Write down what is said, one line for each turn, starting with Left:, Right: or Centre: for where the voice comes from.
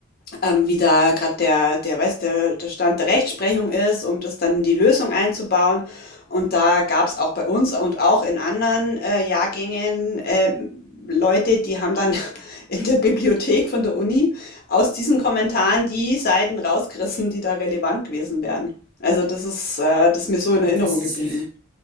Left: ähm, wie da gerade der, der weiß, der, der Stand der Rechtsprechung ist, um das dann in die Lösung einzubauen. Und da gab es auch bei uns und auch in anderen äh, Jahrgängen äh, Leute, die haben dann <laughs> in der Bibliothek von der Uni aus diesen Kommentaren die Seiten rausgerissen, die da relevant gewesen wären. Also das ist, äh, das ist mir so
Right: aber
Left: in Erinnerung
Right: das ist,
Left: geblieben.
Right: äh,